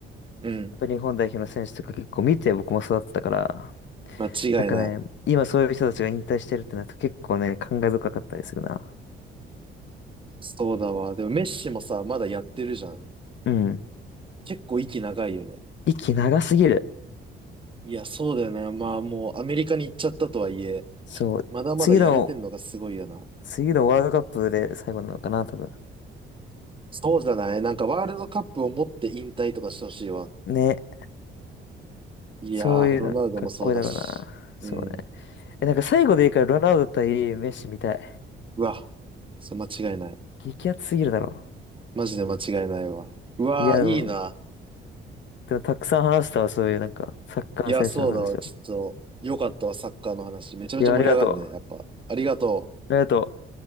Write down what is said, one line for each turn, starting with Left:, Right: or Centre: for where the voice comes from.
Right: うん。
Left: やっぱ日本代表の選手とか結構見て僕も育ったから、
Right: 間違いない。
Left: なんかね、今そういう人たちが引退してるってなると結構ね、感慨深かったりするな。
Right: そうだわ。でもメッシもさ、まだやってるじゃん。
Left: うん。
Right: 結構息長いよね。
Left: 息長すぎる。
Right: いや、そうだよね。まあもうアメリカに行っちゃったとはいえ、
Left: そう。
Right: まだまだやれてんのがすごいよな。
Left: 次の、次のワールドカップで最後なのかな、多分。
Right: そうじゃないなんかワールドカップを持って引退とかしてほしいわ。
Left: ね。
Right: いやー、
Left: そういうの、
Right: ロナウドもそうだし。
Left: かっこいいだろうな。そうね。
Right: うん。
Left: え、なんか最後でいいからロナウド対メッシみたい。
Right: うわ。それ間違いない。
Left: 激アツすぎるだろ。
Right: マジで間違いないわ。うわー、
Left: いや、でも、
Right: いいな。
Left: でもたくさん話したわ、そういうなんか、サッカー選手の話を。
Right: いや、そうだわ。ちょっと、よかったわ、サッカーの話。めちゃめちゃ盛り上がるね。
Left: いや、ありがとう。あ
Right: やっぱ。ありがとう。
Left: りがとう。